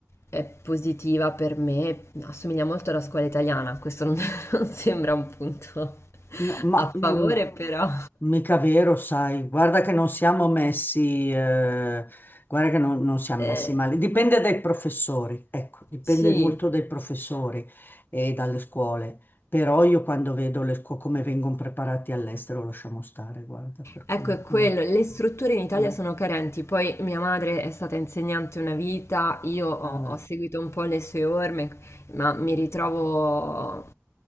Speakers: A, on the left; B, on the left.
A: è positiva per me, assomiglia molto alla scuola italiana, questo non, <laughs> non sembra un punto
B: No, ma
A: a
B: mm,
A: favore, però
B: mica vero, sai, guarda che non siamo messi, eh, guarda che non, non siamo
A: eh,
B: messi male, dipende dai professori, ecco, dipende
A: sì,
B: molto dai professori e dalle scuole, però io quando vedo le scuole come vengono preparati all'estero lasciamo stare, guarda, per
A: Ecco,
B: cui...
A: è quello,
B: ah,
A: le strutture in Italia
B: ah,
A: sono carenti, poi mia madre è stata insegnante una vita, io ho,
B: ah, vabbè,
A: ho seguito un po' le sue orme, ma mi ritrovo